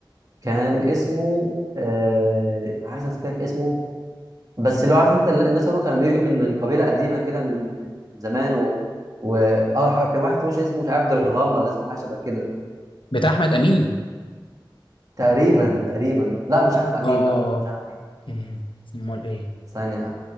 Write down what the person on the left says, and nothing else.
بتاع احمد امين
اه
مم. امال ايه